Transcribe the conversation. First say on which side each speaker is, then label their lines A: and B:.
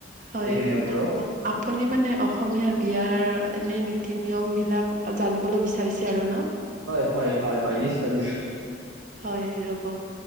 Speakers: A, on the right; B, on the right.
A: হয়ঁ
B: সেইখিনিৰ ওপৰত।
A: চাব গলে। আপুনি মানে অসমীয়া বিয়াৰ এনে নীতি নিয়মবিলাক জানিবলৈ বিচাৰিছে আৰু ন।
B: হয়ঁ হয়ঁ হয়ঁ হয়ঁ নিশ্চয় নিশ্চয়।
A: হয়ঁ ৰব